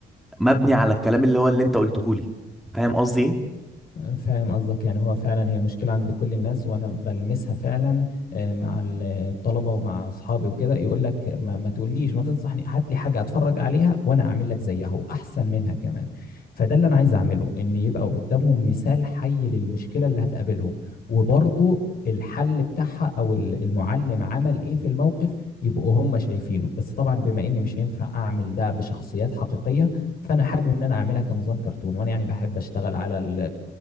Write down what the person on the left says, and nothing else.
فاهم قصدك يعني هو فعلا هي مشكلة عند كل الناس وأنا بلمسها فعلا آه، مع الطلبة ومع أصحابي وكده يقول لك ما, ما تقوليش ما تنصحني هات لي حاجة أتفرج عليها وأنا أعمل لك زيها وأحسن منها كمان فده اللي أنا عايز أعمله إن يبقى قدامهم مثال حي للمشكلة اللي هتقابلهم وبرضه الحل بتاعها أو ال- المعلم عمل إيه في الموقف يبقوا هم شايفينه بس طبعا بما إني مش هينفع أعمل ده بشخصيات حقيقية فانا حابب ان انا اعملها كنظام كرتون وانا يعني بحب اشتغل على ال